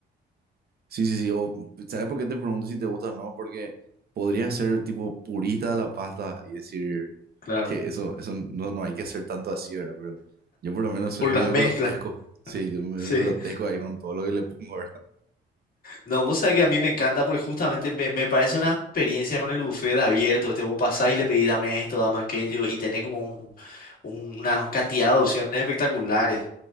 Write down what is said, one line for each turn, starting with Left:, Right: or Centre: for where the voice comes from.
Right: Sí, sí, sí. O, ¿sabes por qué te pregunto si te gusta o no? Porque podría ser tipo purista de la pasta y decir
Left: Claro.
Right: que eso, eso no, no hay que hacer tanto así, ¿verdad? Pero yo por lo menos soy
Left: Por
Right: medio
Left: las mezclas.
Right: grotesco.
Left: <laughs>
Right: Sí, yo medio
Left: Sí.
Right: grotesco ahí con todo lo que le pongo, ¿verdad?
Left: No, vos sabés que a mí me encanta porque justamente me, me parece una experiencia con el buffet abierto. Te vos pasás y le pedís dame esto, dame aquello y tenés como un- un- una cantidad de opciones espectaculares.